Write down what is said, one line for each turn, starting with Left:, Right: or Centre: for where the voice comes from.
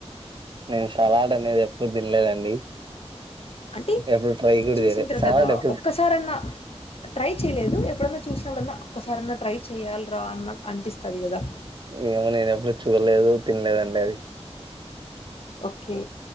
Right: నేను సలాడ్ అనేది ఎప్పుడు తినలేదండి
Left: అంటే
Right: ఎప్పుడు ట్రై కూడా
Left: చూసింటారు
Right: చేయలేదు సలాడ్
Left: కదా
Right: ఎప్పుడు
Left: ఒక్కసారన్న ట్రై చేయలేదు ఎప్పుడన్నా చూసినప్పుడన్నా ఒక్కసారన్నా ట్రై చెయాలి రా అన్న అనిపిస్తది అది కదా
Right: ఏమో నేన ఎప్పుడు చూడలేదు తినలేదండి అది
Left: ఓకే